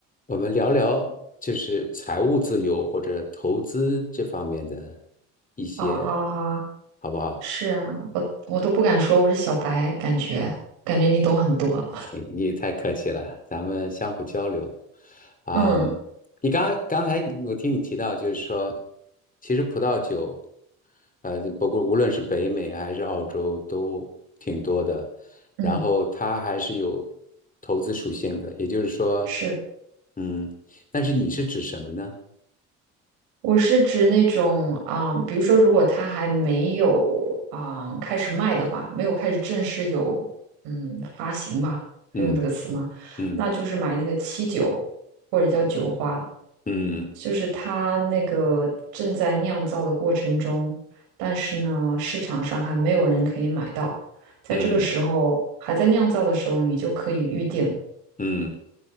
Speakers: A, on the left; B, on the right.
A: 我们聊聊就是财务自由或者投资这方面的一些，
B: 好好好，
A: 好不好？
B: 是啊，我我都不敢说我是小白，感觉感觉你懂很多。
A: 你你也太客气了，咱们相互交流。啊、
B: 嗯
A: 你刚刚才我听你提到，就是说，其实葡萄酒，呃，不过无论是北美啊还是澳洲都挺多的，
B: 嗯，
A: 然后它还是有投资属性的，也就是说，
B: 是，
A: 嗯，但是你是指什么呢？
B: 我是指那种啊、比如说，如果他还没有啊、开始卖的话，没有开始正式有嗯发行吧，可以用这个词吗？
A: 嗯嗯
B: 那就是买那个七九或者叫九花，
A: 嗯嗯。
B: 就是它那个正在酿造的过程中，但是呢，市场上还没有人可以买到。在这个时候，
A: 嗯
B: 还在酿造的时候，你就可以预定
A: 嗯